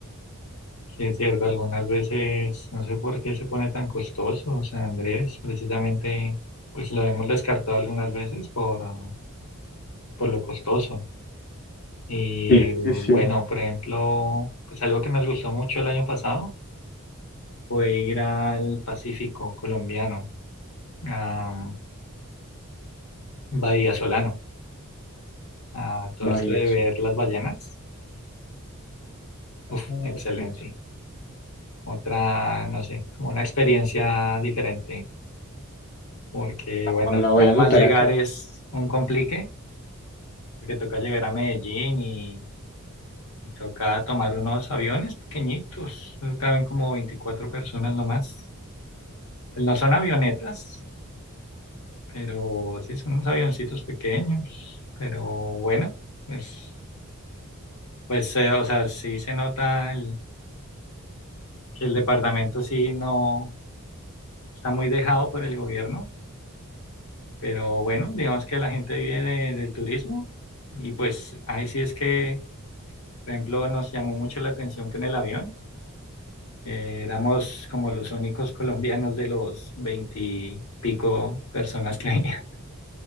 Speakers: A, on the left; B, on the left.
A: sí, es cierto. Algunas veces, no sé por qué se pone tan costoso San Andrés, precisamente, pues lo hemos descartado algunas veces por, ah, por lo costoso. Y
B: Sí,
A: bueno,
B: sí, sí.
A: por ejemplo, pues algo que nos gustó mucho el año pasado fue ir al Pacífico colombiano, a Bahía Solano, a todo
B: Vaya,
A: esto de ver las ballenas. Uf,
B: Voy a anotar-
A: excelente. Otra, no sé, como una experiencia diferente porque
B: Ah,
A: bueno,
B: La voy
A: nada
B: a anotar
A: más llegar
B: acá.
A: es un complique, porque toca llegar a Medellín y, y toca tomar unos aviones pequeñitos, caben como 24 personas nomás. Pues no son avionetas, pero sí son unos avioncitos pequeños, pero bueno, pues, pues eh, o sea, sí se nota el- que el departamento sí no está muy dejado por el gobierno, pero bueno, digamos que la gente vive de- del turismo y pues ahí sí es que Por ejemplo, nos llamó mucho la atención que en el avión eh, éramos como los únicos colombianos de los veintipico personas que había.